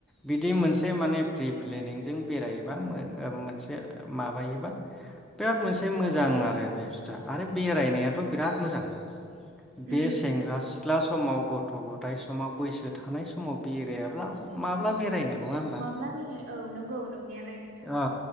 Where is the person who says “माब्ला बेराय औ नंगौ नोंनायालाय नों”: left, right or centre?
Right